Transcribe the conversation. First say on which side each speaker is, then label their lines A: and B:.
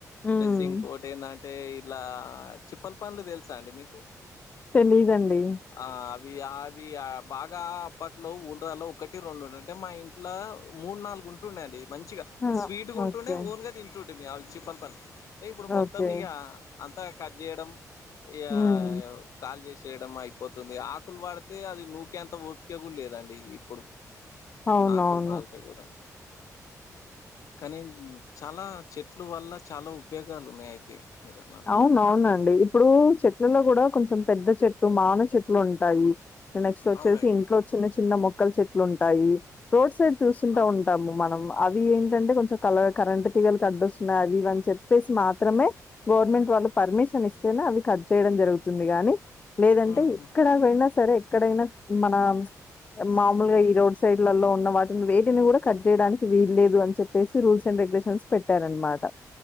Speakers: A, on the left; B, on the left.
A: హ్మ్
B: ప్లస్ ఇంకోటి ఎందంటే ఇలా చిప్పల పన్లు తెలుసా అండి మీకు
A: తెలిదండి
B: ఆ అవి అవి బాగా అప్పట్లో ఊర్రాలో ఒకటి రెండు అంటే మా ఇంట్లో మూడు నాలుగు గుంటుండండి మంచిగా
A: ఆ!
B: స్వీట్గా ఉంటూనే
A: ఓకే
B: ఓన్గా తింటుంటే మీ ఆ చిప్పలపన్లు అంటే ఇప్పుడు మొత్తం
A: ఓకే
B: ఇక అంతా కట్ చేయడం ఇగా
A: హ్మ్
B: కల్జేసి చేయడం అయిపోతుంది ఆకులు వడితే అది నూకేంత ఓపికగూడ లేదండి ఇప్పుడు
A: అవునవును
B: ఆకులు రాలితే కూడా కానీ చాలా చెట్లు వల్ల చాలా ఉపయోగాలు ఉన్నాయి అయితే మీరు అన్నట్
A: అవున అవునండి ఇప్పుడు చెట్లలో కూడా కొంచెం పెద్ద చెట్లు మాన చెట్లు ఉంటాయి నెక్స్ట్ వచ్చేసి
B: అవునండి
A: ఇంట్లో చిన్న చిన్న మొ మక్కల చెట్లు ఉంటాయి రోడ్ సైడ్ చూస్తుంటా
B: ఆ,
A: ఉంటాము మనం అవి ఏంటంటే కొంచెం కల కరెంట్ తీిగలి కడ్డొస్తున్నాయి అవి ఇవని చెప్పేసి మాత్రమే గవర్నమెంట్ వాళ్ళు పర్మిషన్ ఇస్తేనే అవి కట్ చేయడం జరుగుతుంది గానీ లేదంటే
B: మ్మ్.
A: ఎక్కడయినా సరే ఎక్కడైనా మన మామూలుగా ఈ రోడ్ సైడ్లలో ఉన్న వాటిని వేటిని కూడా కట్ చేయడానికి వీల్లేదు అని చెప్పేసి రూల్స్ అండ్ రెగ్యులేషన్స్ పెట్టార అనమాట